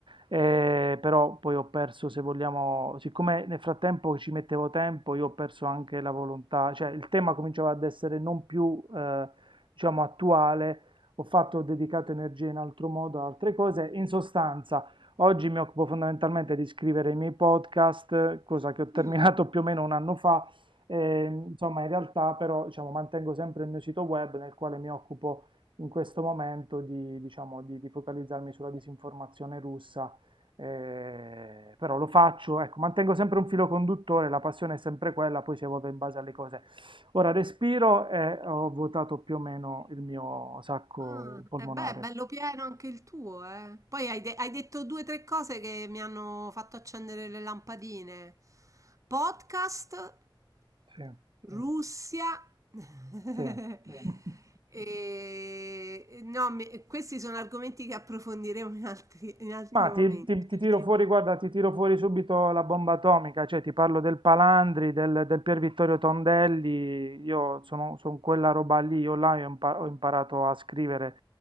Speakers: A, on the right; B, on the right.
A: eh, però poi ho perso, se vogliamo, siccome nel frattempo ci mettevo tempo, io ho perso anche la volontà, cioè il tema cominciava ad essere non più, eh, diciamo, attuale, ho fatto, ho dedicato energie in altro modo a altre cose, in sostanza... Oggi mi occupo fondamentalmente di scrivere i miei podcast, cosa che ho terminato
B: no.
A: più o meno un anno fa, e, insomma, in realtà però diciamo, mantengo sempre il mio sito web nel quale mi occupo in questo momento di, diciamo, di- di focalizzarmi sulla disinformazione russa, eh, però lo faccio, ecco, mantengo sempre un filo conduttore, la passione è sempre quella, poi si evolve in base alle cose. Ora respiro e ho votato più o meno il mio sacco
B: Ah,
A: polmonare.
B: e beh, è bello pieno anche il tuo, eh. Poi hai, de- hai detto due o tre cose che mi hanno fatto accendere le lampadine. Podcast, Mm,
A: Sì,
B: Russia. <laughs> mm.
A: sì. <laughs>
B: E... No, mi- questi sono argomenti che approfondiremo in altri, in altri
A: Ma ti,
B: momenti.
A: ti- ti
B: Perché...
A: tiro fuori, guarda, ti tiro fuori subito la bomba atomica, cioè ti parlo del Palandri, del, del Pier Vittorio Tondelli, io sono, son quella roba lì, io là ho impa- ho imparato a scrivere,